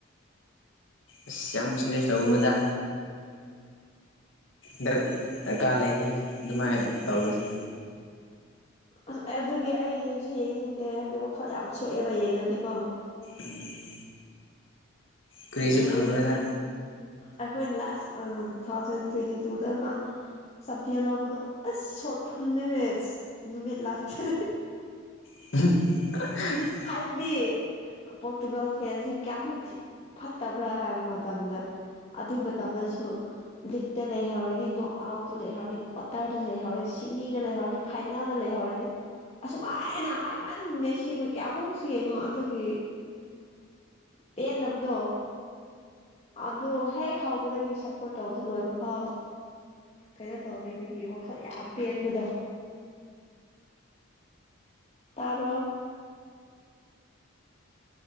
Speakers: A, on the left; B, on the left.
A: ꯑꯁ ꯌꯥꯝ ꯁꯦꯔꯤꯁ ꯇꯧꯒꯅꯨꯗ ꯗꯔꯀꯥꯔ ꯂꯩꯔꯤ ꯑꯗꯨꯃꯥꯏꯅ ꯇꯧꯕꯁꯦ
B: ꯑꯁ ꯑꯗꯨꯒꯤ ꯑꯩ ꯌꯦꯡꯁꯨ ꯌꯦꯡꯅꯤꯡꯗꯦ ꯍꯥꯏꯕꯗꯤ ꯋꯥꯈꯜ ꯌꯥꯝ ꯁꯣꯛꯑꯦꯕ ꯌꯦꯡꯉꯗꯤꯀꯣ
A: ꯎꯝ ꯀ꯭ꯔꯤꯁꯨ
B: ꯌꯦꯡꯉꯅꯤ
A: ꯈꯪꯉ‌ꯣꯏꯗ
B: ꯑꯩꯈꯣꯏ ꯂꯥꯁ ꯇꯨ ꯊꯥꯎꯖꯟ ꯇ꯭ꯋꯦꯟꯇꯤ ꯇꯨꯗ ꯑꯃ <unintelligible> ꯂꯎꯕꯗꯣ ꯑꯁ ꯁꯣꯔ ꯐꯨꯜꯂꯦꯁ ꯅꯨꯃꯤꯠ ꯂꯥꯁꯇ
A: <unintelligible>
B: ꯍꯥꯏꯕꯗꯤ ꯄꯣꯔꯇꯨꯒꯜ ꯐꯦꯟꯁꯤ ꯀꯌꯥꯃꯨꯛ ꯐꯠꯇꯕ꯭ꯔꯥ ꯍꯥꯏꯕ ꯃꯇꯝꯗ ꯑꯗꯨ ꯃꯇꯝꯗꯁꯨ ꯂꯤꯛꯇ ꯂꯩꯍꯧꯔꯅꯤ ꯅꯣꯠ ꯑꯥꯎꯠꯇ ꯂꯩꯍꯧꯔꯅꯤ ꯀ꯭ꯋꯥꯇꯔꯗ ꯂꯩꯍꯧꯔꯅꯤ ꯁꯤ ꯃꯤꯗ ꯂꯩꯍꯧꯔꯗꯤ ꯐꯥꯏꯅꯦꯜꯗ ꯂꯩꯍꯧꯔꯅꯤ ꯑꯁꯨꯃꯥꯏꯅ ꯍꯥꯏꯃꯟ ꯃꯦꯁꯤꯕꯨ ꯀꯌꯥꯃꯨꯛꯁꯨ ꯌꯦꯡꯉꯣ ꯑꯗꯨꯒꯤ ꯄꯦꯟꯗꯕꯗꯣ ꯑꯗꯨ ꯍꯦꯛ ꯍꯧꯕꯗꯒꯤ ꯁꯞꯄꯣꯔ꯭ꯠ ꯇꯧꯕꯁ ꯂꯣꯏꯕ ꯐꯥꯎ ꯀꯩꯅꯣ ꯇꯧꯕꯤꯕꯒꯤ ꯋꯥꯈꯜ ꯌꯥꯝ ꯄꯦꯟꯕꯗꯣ ꯇꯥꯕ꯭ꯔꯣ